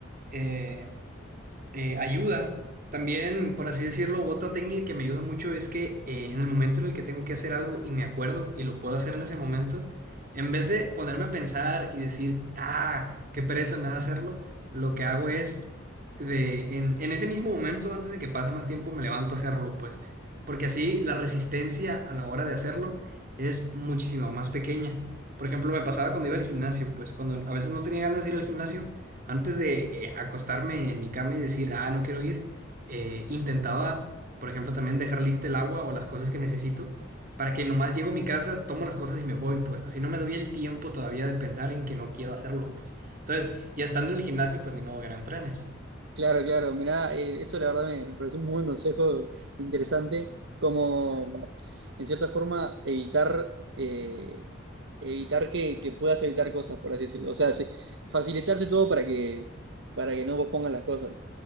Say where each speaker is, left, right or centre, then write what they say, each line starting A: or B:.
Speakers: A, on the right; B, on the right.
A: eh, eh, ayuda. También, por así decirlo, otra técnica que me ayuda mucho es que eh, en el momento en el que tengo que hacer algo y me acuerdo y lo puedo hacer en ese momento, en vez de ponerme a pensar y decir, ah, qué pereza me da hacerlo, lo que hago es, de, en, en ese mismo momento, antes de que pase más tiempo, me levanto a hacerlo, pues, porque así la resistencia a la hora de hacerlo es muchísimo más pequeña. Por ejemplo, me pasaba cuando iba al gimnasio, pues cuando a veces no tenía ganas de ir al gimnasio, antes de eh, acostarme en mi cama y decir, ah, no quiero ir, eh, intentaba, por ejemplo, también dejar lista el agua o las cosas que necesito para que nomás llego a mi casa, tomo las cosas y me voy, pues. Así no me doy el tiempo todavía de pensar en que no quiero hacerlo, pues. Entonces, ya estando en el gimnasio, pues ni modo que no entrenes.
B: Claro, claro, mirá, eh, eso la verdad me, me pareció un muy buen consejo interesante, como en cierta forma evitar, eh, evitar que, que puedas evitar cosas, por así decirlo. O sea, sí, facilitarte todo para que, para que no vos pongas las cosas.